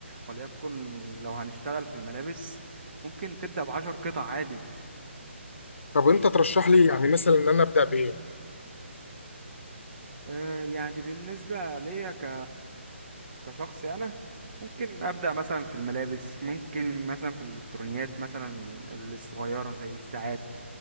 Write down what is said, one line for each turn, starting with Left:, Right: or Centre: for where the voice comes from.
Right: وليكن لو هنشتغل في الملابس ممكن تبدأ بعشر قطع عادي
Left: طب انت ترشح لي يعني مثلا ان انا ابدأ بايه
Right: آه، يعني بالنسبة ليا ك كشخصي أنا ممكن أبدأ مثلا في الملابس ممكن مثلا في الإلكترونيات مثلا الصغيرة زي الساعات